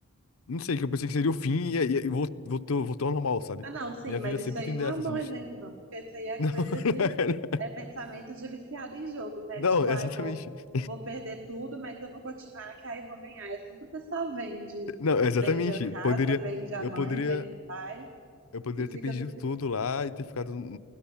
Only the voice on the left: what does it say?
Não sei, que eu pensei que seria o fim e, aí e vol- voltou, voltou ao normal, sabe?
Minha vida
sempre
tem
dessa,
assim.
de-
<laughs>
Não,
não,
era.
Não,
exatamente.
Não, exatamente.
Poderia.
Eu
poderia.
Eu poderia
ter perdido
tudo lá e ter ficado no